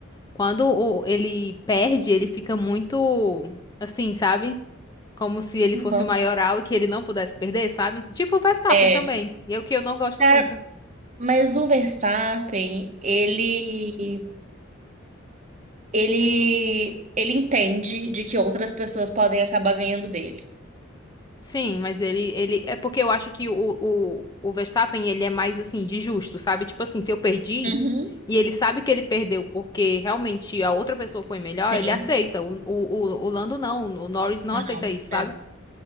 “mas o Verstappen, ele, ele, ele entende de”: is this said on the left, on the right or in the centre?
Right